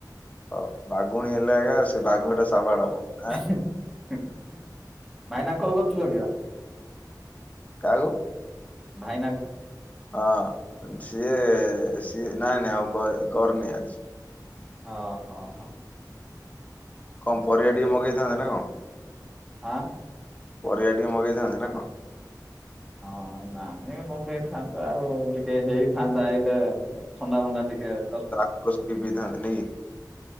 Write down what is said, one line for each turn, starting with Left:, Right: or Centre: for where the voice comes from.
Left: ହ ବାଘୁଣୀ ହେଲେ ଆଜ୍ଞା ସେ ବାଘଟା ସାଉଟ୍ ହବ।
Centre: <unintelligible>
Left: ଆଁ କାହାକୁ?
Centre: ଭାଇ ନା କୁ
Left: ହଁ ସିଏ ସିଏ ନାଇଁ ନାଇଁ ଆଉ କରି କରନି ଆଜି।
Centre: ହଁ ହଁ ହଁ।
Left: କଣ ପରିବା ଟିକେ ମଗେଇଥାନ୍ତେ ନା କଣ?
Centre: <unintelligible>
Left: ପରିବା ଟିକେ ମଗେଇଥାନ୍ତି ନା କଣ?
Centre: ହଁ ନାଇଁ ମଗେଇଥାନ୍ତା ଆଉ ଟିକେ ହେଇଥାନ୍ତା ଆଇଲେ। ଥଣ୍ଡା ଫଣ୍ଡା ଟିକେ ଦର
Left: <unintelligible>